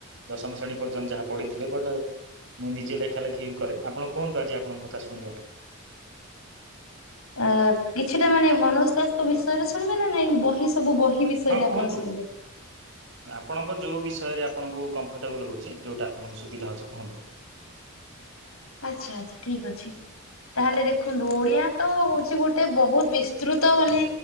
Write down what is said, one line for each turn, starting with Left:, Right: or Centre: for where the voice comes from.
Right: ଦଶମ ଶ୍ରେଣୀ ପର୍ଯ୍ୟନ୍ତ ଯାହା ପଢି ଥିଲେ ବଟ୍ ମୁଁ ନିଜେ ଲେଖା ଲେଖି ବି କରେ ଆପଣ କୁହନ୍ତୁ ଆଜି ଆପଣଙ୍କ କଥା ଶୁଣିବା।
Left: ଅ କିଛିଟା ମାନେ ମନୋଜ ଦାସଙ୍କ ବିଷୟରେ ଶୁଣିବେ ନା ନାଇଁ ବହି ସବୁ ବହି ବିଷୟରେ
Right: ହଁ କୁହନ୍ତୁ
Left: ଆପଣ ଶୁଣିବେ?
Right: ଆପଣଙ୍କ ଯୋଉ ବିଷୟରେ ଆପଣଙ୍କୁ କମ୍ଫର୍ଟେବୁଲ ହଉଛି ଯୋଉଟା ଆପଣଙ୍କୁ ସୁବିଧା ଅଉଛି କୁହନ୍ତୁ।
Left: ଆଚ୍ଛା ଆଛା ଠିକ ଅଛି। ତାହେଲେ ଦେଖନ୍ତୁ ଓଡିଆ। ତ ହଉଛି ଗୋଟେ ବହୁତ ବିସ୍ତୃତ ମାନେ